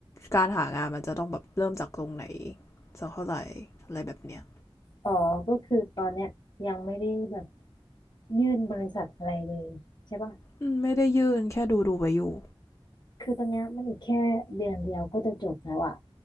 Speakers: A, on the left; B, on the left.
A: การหางานมันจะต้องแบบเริ่มจากตรงไหนสักเท่าไหร่อะไรแบบเนี้ย
B: อ๋อก็คือตอนเนี้ยยังไม่ได้แบบยื่นบริษัทอะไรเลยใช่ปะ
A: อืมไม่ได้ยื่นแค่ดูดูไว้อยู่
B: คือตอนเนี้ยมันอีกแค่เดือนเดียวก็จะจบแล้วอะ